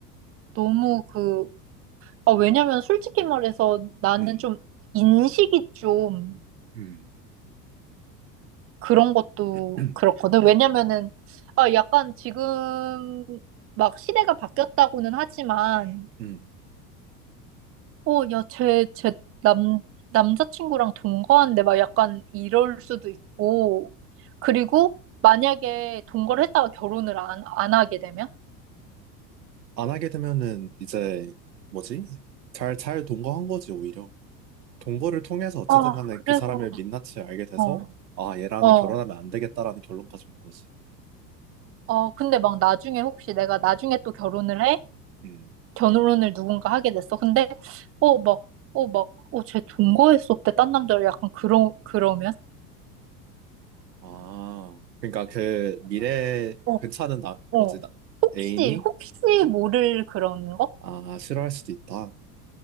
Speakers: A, on the right (about 30°); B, on the right (about 80°).
A: 너무 그, 아, 왜냐면 솔직히 말해서 나는
B: 음,
A: 좀 인식이 좀
B: 음,
A: 그런 것도
B: <clears throat>
A: 그렇거든. 왜냐면은, 아, 약간 지금 막 시대가 바뀌었다고는 하지만,
B: 음.
A: 어, 야, 쟤, 쟤 남, 남자친구랑 동거한데 막 약간 이럴 수도 있고. 그리고 만약에 동거를 했다가 결혼을 안, 안 하게 되면?
B: 안 하게 되면은 이제 뭐지? 잘, 잘 동거한 거지, 오히려. 동거를 통해서 어쨌든
A: 아,
B: 간에
A: 그래서,
B: 그 사람의 민낯을 알게 돼서,
A: 어.
B: 아, 얘랑은
A: 어,
B: 결혼하면 안 되겠다라는 결론까지 온 거지.
A: 어, 근데 막 나중에 혹시 내가 나중에 또 결혼을 해?
B: 음,
A: 결혼을 누군가 하게 됐어. 근데, 어, 막, 어, 막, 어, 쟤 동거했었대. 딴 남자를 약간 그러, 그러면?
B: 아, 그러니까 그 미래에
A: 어,
B: 괜찮은 나, 뭐지,
A: 어,
B: 나,
A: 혹시,
B: 애인이,
A: 혹시 모를 그런 거?
B: 아, 싫어할 수도 있다.